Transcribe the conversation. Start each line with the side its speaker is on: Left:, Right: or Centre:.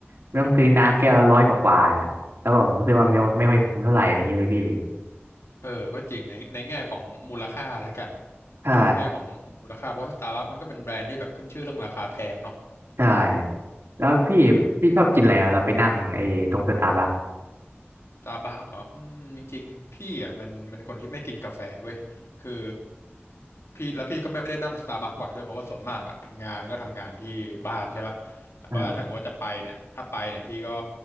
Right: ไม่ต้องซื้อน้ำแก้วละร้อยกว่าๆอะแล้วแบบผมรู้สึกว่าไม่ไม่ค่อยคุ้มเท่าไหร่อะไรเงี้ยเลยพี่
Left: อืมเออก็จริงในในแง่ของมูลค่าแล้วกัน
Right: ใช่
Left: ในแง่ของมูลค่าเพราะสตาร์บัคมันก็เป็นแบรนด์ที่แบบขึ้นชื่อเรื่องราคาแพงเนาะ
Right: ใช่ แล้วพี่พี่ชอบกินอะไรอะเราไปนั่งไอ้ตรงสตาร์บัค
Left: เออสตาร์บัคก็อืมจริงๆพี่อ่ะมันเป็นคนที่ไม่กินกาแฟเว้ยคือพี่แล้วพี่ก็ไม่ได้นั่งสตาร์บัคบ่อยด้วยเพราะว่าส่วนมากอะทำงานก็ทำงานที่บ้านใช่ป่ะแต่ว่าถ้าเกิดว่าจะไปเนี่ยถ้าไปเนี่ยพี่ก็
Right: อ่า